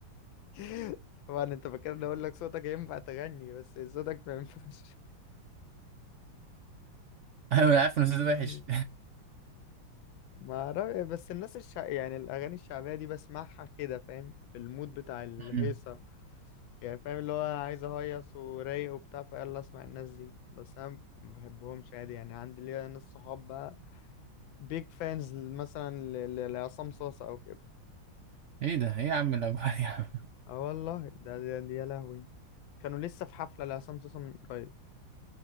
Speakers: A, on the left; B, on the right.
A: <laughs> طبعا انت فاكرني اقول لك صوتك ينفع تغني بس صوتك ما ينفعش
B: انا عارف ان صوته
A: <laughs>
B: وحش
A: ما أعرف- بس الناس الشع... يعني الاغاني الشعبيه دي بسمعها كده فاهم في المود بتاع الهيصه
B: <laughs>
A: يعني فاهم اللي هو انا عايز اهيص ورايق وبتاع فيلا اسمع الناس دي بس انا ما بحبهمش عادي يعني عندي ليا ناس صحاب بقى بيج فانز مثلا ل- ل- لعصام صاصا او كده
B: ايه ده ايه يا عم الاجوال يا عم
A: اه والله ده ده ده يا لهوي كانوا لسه في حفله لعصام صاصا من قريب